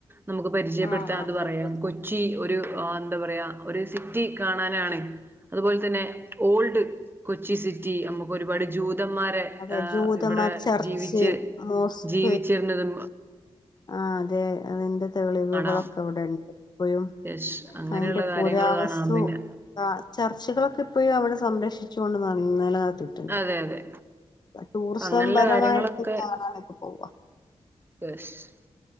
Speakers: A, on the right; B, on the left.
A: നമുക്ക് പരിചയപ്പെടുത്താനത്
B: ആ ആലപ്പുഴ
A: പറയാം കൊ- ച്ചി ഒരു എന്താ പറയാ, ഒരു സിറ്റി കാണാനാണ്- അതുപോലെ തന്നെ ഓൾഡ് കൊച്ചി സിറ്റി നമുക്കൊരുപാട് ജൂതന്മാരെ.
B: അതെ
A: ് <unintelligible>
B: ജൂതന്മാർ
A: ഇവിടെ
B: ചർച്ച്
A: ജീവിച്ച്.
B: <unintelligible>
A: ജീവിച്ചിരുന്നതും,
B: ആഹ് അതെ അതിന്റെ- തെളിവുകളൊക്കെ
A: കാണാം
B: ഇവിടെണ്ട്, ഇപ്പയും
A: യെസ് അങ്ങനെയുള്ള
B: അതിന്റെ പുരാവസ്തു.
A: കാര്യങ്ങൾ കാണാം പിന്നെ
B: ആഹ് ചർച്ചകളൊക്കെപ്പഴും, അവിടെ സംരക്ഷിച്ചുണ്ടന്ന ഇന്നലെ കാലത്ത്.
A: അതെ അതെ
B: ടൂറിസംപരമായിട്ട്
A: അപ്പൊ അങ്ങനെയുള്ള കാര്യങ്ങളൊക്കെ
B: കാണാനൊക്കെ പോവ.
A: <unintelligible>